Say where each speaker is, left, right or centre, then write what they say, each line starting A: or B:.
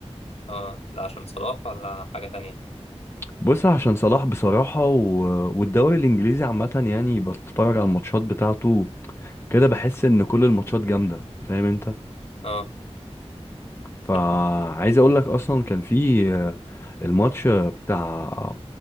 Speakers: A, on the left (about 60°); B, on the left (about 20°).
A: اه ده عشان صلاح ولا حاجه تانية
B: بص عشان صلاح بصراحة و... والدوري الانجليزي عامة يعني بتفرج على الماتشات بتاعته كده بحس ان كل الماتشات جامدة فاهم انت
A: اه
B: فعايز
A: طب
B: اقول لك اصلا كان في آه، الماتش بتاع